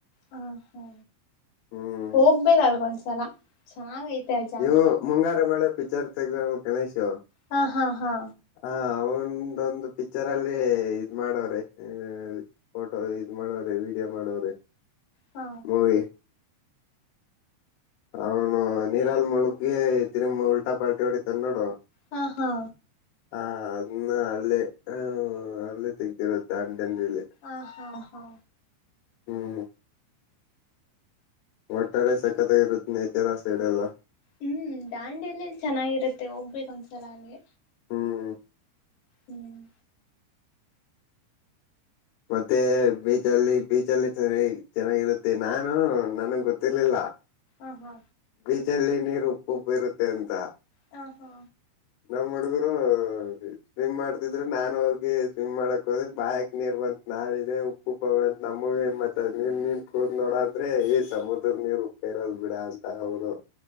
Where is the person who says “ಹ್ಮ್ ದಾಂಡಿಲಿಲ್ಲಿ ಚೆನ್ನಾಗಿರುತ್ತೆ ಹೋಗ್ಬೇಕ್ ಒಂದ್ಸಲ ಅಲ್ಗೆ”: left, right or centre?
Left